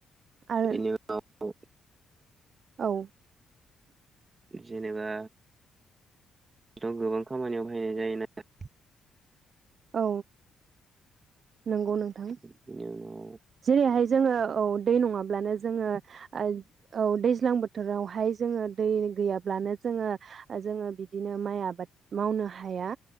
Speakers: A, on the right (about 55°); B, on the right (about 30°).
A: आरो
B: बेनि उनाव
A: औ
B: जेनेबा थ' गोबां खामानियाव बाहायनाय जायोना
A: औ नंगौ नोंथां
B: बिनि उनाव
A: जेरैहाय जोङो औ दै नङाब्लानो जोङो ओ औ दैज्लां बोथोरावहाय जोङो दै गैयाब्लानो जोङो ओ जोङो बिदिनो माइ आबाद मावनो हाया